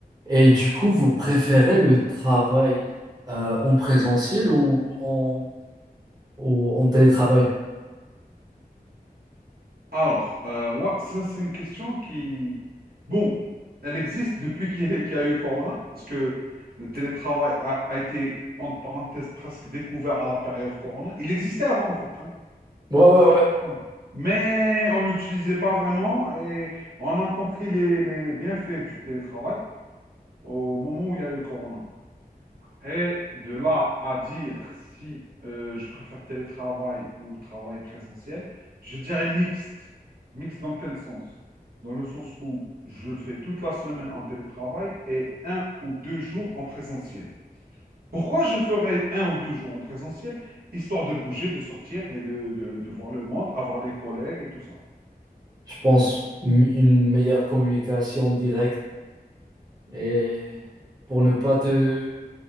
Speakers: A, on the right; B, on the right.
A: Et du coup, vous préférez le travail euh, en présentiel ou en, ou en télétravail?
B: Alors, euh, ouais, ça c'est une question qui, bon, elle existe depuis qu'il y a qu'il y a eu Corona, parce que le télétravail a, a été, entre parenthèses, presque découvert à la période Corona. Il existait avant, en fait, hein.
A: Ouais, ouais,
B: Faut comprendre.
A: ouais.
B: Mais on ne l'utilisait pas vraiment et on a compris les, les bienfaits du télétravail au moment où il y a eu Corona. Et de là à dire si euh, je préfère télétravail ou travail présentiel, je dirais mixte. Mixte dans quel sens? Dans le sens où je fais toute la semaine en télétravail et un ou deux jours en présentiel. Pourquoi je ferais un ou deux jours en présentiel? Histoire de bouger, de sortir et de, de- de voir le monde, avoir des collègues et tout ça.
A: Je pense m- une meilleure communication directe et pour ne pas te